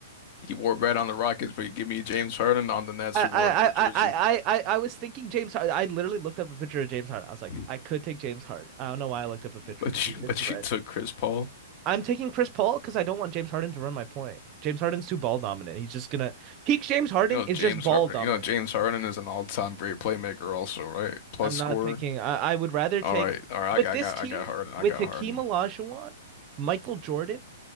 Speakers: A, on the left; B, on the right.
A: He wore red on the Rockets, but you give me James Harden on the Nets
B: I
A: who
B: I
A: wore a blue
B: I
A: jersey.
B: I I I I was thinking James Harden. I literally looked up a picture of James Harden. I was like,
A: <laughs>
B: I could take James Harden. I don't know why I looked up a picture
A: But
B: because
A: you
B: it's
A: but
B: red.
A: you took Chris Paul.
B: I'm taking Chris Paul because I don't want James Harden to run my point. James Harden's too ball dominant. He's just gonna peak. James Harden
A: You know
B: is
A: James
B: just ball
A: Harden,
B: dominant.
A: you know James Harden is an all-time great playmaker also, right? Plus
B: I'm not
A: scorer.
B: taking. I, I would rather take
A: All right. All right,
B: with
A: I got
B: this
A: I got
B: team
A: I got Harden. I
B: with
A: got
B: Hakeem
A: Harden.
B: Olajuwon, Michael Jordan,